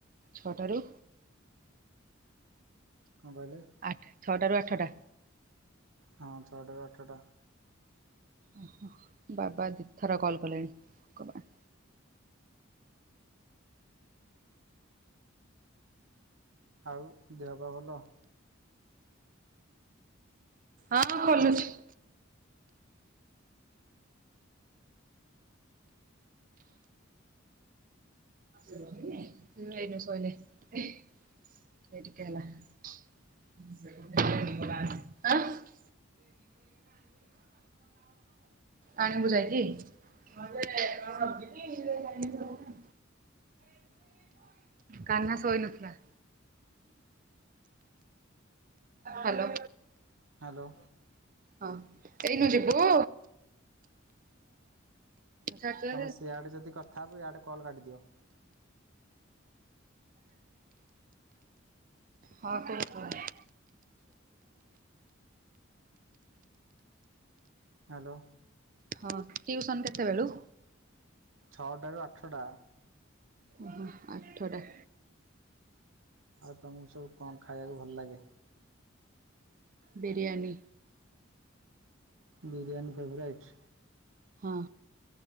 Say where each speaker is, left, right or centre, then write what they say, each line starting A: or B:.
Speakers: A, on the right; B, on the right.
A: ଛଅଟାରୁ?
B: କଁ କହିଲେ?
A: ଆଠେ ଛଅଟାରୁ ଆଠଟା‌‌
B: ହଁ ଛଅଟାରୁ ଆଠଟା।
A: ଅହ ବାବା ଦି ଥର କଲ୍ କଲେଣି କବା
B: ଆଉ ଦେହ ପା ଭଲ?
A: ହଁ ଖୋଲୁଛି। ଉଁ ହେଇନି ଶୋଇନି ଏଇ ଟିକେ ହେଲା। <inaudible> ଆଁ? ଆଣିବୁ ଯାଇକି? <inaudible> କାହ୍ନା ଶୋଇନଥିଲା। ହାଲୋ।
B: ହାଲୋ।
A: ହଁ ଏଇନୁ ଯିବୁ? ହଁ କୁହ
B: ତମେ ସିଆଡ଼େ ଯଦି କଥା ହବ ଇଆଡ଼େ କଲ୍ କାଟିଦିଅ।
A: ହଁ ଟିକୁ।
B: ହାଲୋ।
A: ହଁ ଟିଉସନ୍ କେତେବେଳୁ?
B: ଛଅଟାରୁ ଆଠଟା।
A: ଓହୋ ଆଠଟା।
B: ଆଉ ତମୁକୁ ସବୁ କଁ ଖାଇବାକୁ ଭଲ ଲାଗେ?
A: ବିରିୟାନୀ
B: ବିରିୟାନୀ ଫେବରାଇଟ୍?
A: ହଁ।